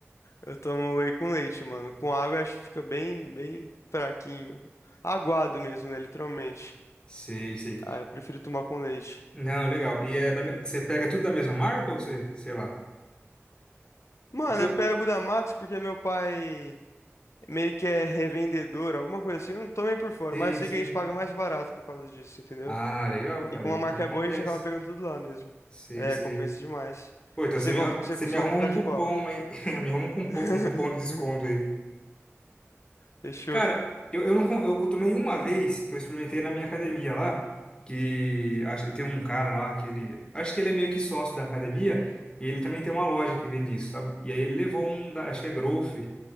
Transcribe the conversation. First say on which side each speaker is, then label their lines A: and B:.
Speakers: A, on the left; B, on the left.
A: Eu tomo whey com leite, mano. Com água eu acho que fica bem, bem fraquinho. Aguado mesmo, né? Literalmente.
B: Sei, sei.
A: Ah, eu prefiro tomar com leite.
B: Não, legal. E é da, me- você pega tudo da mesma marca ou você, sei lá?
A: Mano,
B: É que eu-
A: eu pego da Max porque meu pai meio que é revendedor, alguma coisa assim. Eu não tô meio por fora,
B: Sei,
A: mas eu sei
B: sei.
A: que a gente paga mais barato por causa disso, entendeu?
B: Ah, legal, cara.
A: E como
B: Aí,
A: a marca
B: aí
A: é
B: compensa.
A: boa, a gente acaba pegando tudo lá mesmo.
B: Sei,
A: É,
B: sei.
A: compensa demais.
B: Pô, então
A: Você
B: você me,
A: compra, você
B: você
A: costuma
B: me arruma
A: comprar
B: um cupom
A: de qual?
B: aí. <laughs> Me arruma um cupom,
A: <laughs>
B: um cupom de desconto aí.
A: Fechou.
B: Cara, eu, eu não com- eu tomei uma vez que eu experimentei na minha academia lá, que acho- tem um cara lá que ele. Acho que ele é meio que sócio da academia, e ele também tem uma loja que vende isso, sabe? E aí ele levou um da, acho que é Growth,